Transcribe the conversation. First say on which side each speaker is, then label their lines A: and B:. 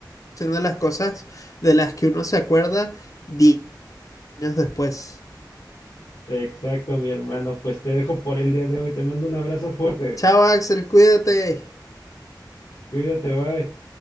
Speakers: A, on the left; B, on the left.
A: una de las cosas de las que uno se acuerda 10 años después.
B: Exacto, mi hermano. Pues te dejo por el día de hoy. Te mando un abrazo fuerte.
A: Chao, Axel, cuídate.
B: Cuídate, bye.